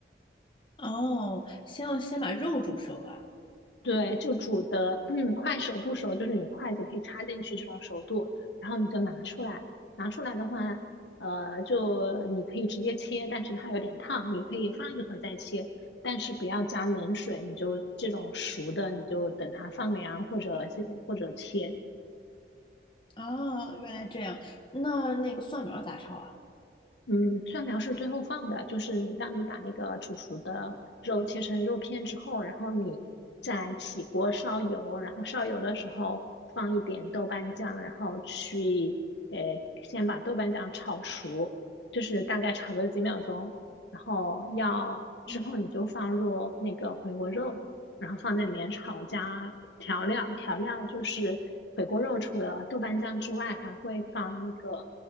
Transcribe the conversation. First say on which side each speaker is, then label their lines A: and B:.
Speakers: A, on the left; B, on the left.
A: 哦，先要先把肉煮熟啊。
B: 对，就煮的，嗯，快熟不熟，就是你筷子可以插进去这种熟度，然后你就拿出来。拿出来的话，
A: 嗯，
B: 呃，就你可以直接切，但是它有点烫，你可以放一会儿再切，但是不要加冷水，你就这种熟的，你就等它放凉或者或者切。
A: 哦，原来这样。那那个蒜苗咋炒啊？
B: 嗯，蒜苗是最后放的，就是你当你把那个煮熟的肉切成肉片之后，然后你再起锅烧油，然后烧油的时候放一点豆瓣酱，然后去呃先把豆瓣酱炒熟，就是大概炒个几秒钟，然后要之后你就放入那个回锅肉，
A: 嗯
B: 然后放在里面炒加调料，调料就是回锅肉除了豆瓣酱之外，还会放那个。